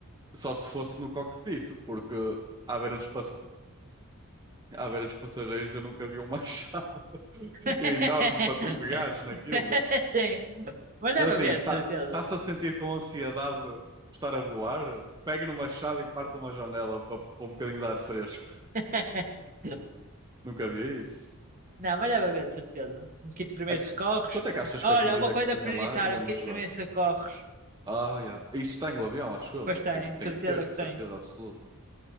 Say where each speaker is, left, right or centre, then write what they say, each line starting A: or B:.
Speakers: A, on the right; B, on the right.
A: Só se fosse no cockpit, porque à beira dos, pass- à beira dos passageiros eu nunca vi um machado <laughs>
B: <laughs>
A: enorme para tu pegares naquilo.
B: Sim, mas deve
A: Ele assim,
B: haver,
A: tá,
B: de certeza.
A: tá-se a sentir com ansiedade de estar a voar? Pegue no machado e parte uma janela para para um bocadinho de ar fresco.
B: <laughs>
A: Nunca vi isso.
B: Não, mas deve haver, de certeza. Um kit de primeiros
A: A-
B: socorros.
A: Quanto é que achas
B: Olha,
A: que a comida
B: uma coisa
A: que tinha
B: prioritária,
A: lá ia
B: um
A: nos
B: kit de
A: dar?
B: primeiros socorros.
A: Ah, já. Isso tem o avião, acho eu.
B: Pois
A: deve-
B: tem,
A: Tem que, tem
B: de certeza
A: que ter, de
B: que
A: certeza
B: tem.
A: absoluta.